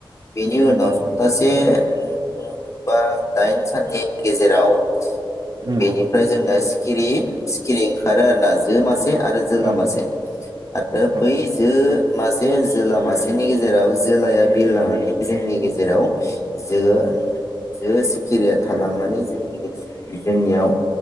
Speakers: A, on the left; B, on the right.
A: बेनि उनाव
B: नंगौ
A: सप्तासे
B: नंगौ नोंथां
A: <unintelligible> बा दाइन साननि गेजेराव
B: नंगौ
A: बेनिफ्राय जोंना सिखिरि सिखिरि ओंखारो आरो ना जो मासे <unintelligible> <unintelligible> आरो जोला
B: औ नोंथां
A: मासे आरो
B: औ
A: बै जो मासे जोला मासेनि गेजेराव जोलाया बिरलांनानै जोंनि गेजेराव जो जो सिखिरिया थालांनानै जोंनि <unintelligible> जोंनियाव